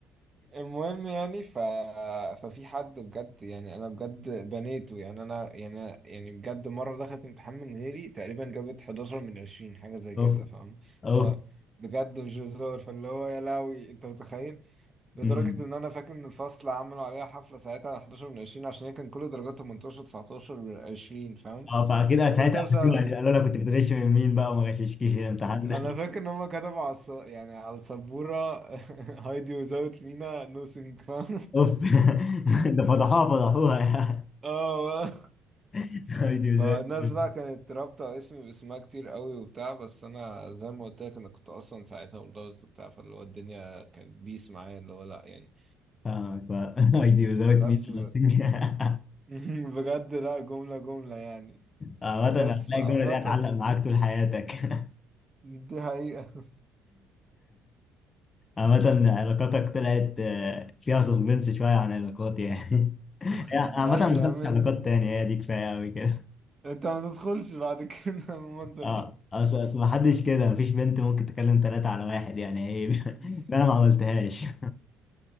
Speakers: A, on the right; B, on the left.
A: المهم يعني ف... ففي حد بجد يعني انا بجد بنيته يعني انا يعني يعني بجد مره دخلت امتحان من غيري تقريبا جابت 11 من 20 حاجه زي كده
B: اوف
A: فاهم
B: اوف
A: اللي هو بجد مش هزار فاللي هو يا لهوي انت متخيل لدرجه
B: أمم.
A: ان انا فاكر ان الفصل عملوا عليها حفله ساعتها على 11 من 20 عشان هي كان كل درجاتها 18 19 من 20 فاهم
B: اه بعد كده ساعتها
A: كل ده بسببي
B: قفشوني، يعني قالوا لك كنت بتغش من مين بقى وما غششكيش إيه الامتحان
A: انا
B: ده
A: فاكر ان هم كتبوا على الص... يعني على السبوره <laughs> هايدي وزاوت مينا نو سينج فاهم
B: اوف <laughs> ده فضحوها فضحوها يعني
A: اه
B: <laughs>
A: <laughs>
B: ايدي وزوجت
A: فالناس
B: مين
A: بقى كانت رابطة اسمي باسمها كتير قوي وبتاع بس انا زي ما قلت لك انا كنت اصلا ساعتها مدرس وبتاع فاللي هو الدنيا كانت بيس معايا اللي هو لا يعني
B: فاهمك بقى <laughs> ايدي وزوجت
A: بس
B: مين <laughs> اللي بتنجح؟
A: <laughs> بجد لا جملة جملة يعني
B: عامة
A: بس
B: هتلاقي
A: عامة
B: الجملة دي هتعلق معاك طول حياتك <laughs>
A: دي حقيقة
B: عامة علاقاتك طلعت آه، فيها سسبنس شوية عن علاقاتي يعني
A: <laughs>
B: <laughs> عامة
A: لا
B: ما
A: يا
B: دخلتش
A: عم
B: علاقات تانية هي دي كفاية أوي كده
A: انت ما تدخلش بعد كده المنظر
B: اه
A: ده
B: اصل ما حدش كده مفيش بنت ممكن تكلم ثلاثة على واحد يعني ايه
A: <laughs>
B: <laughs> ده انا ما عملتهاش <laughs>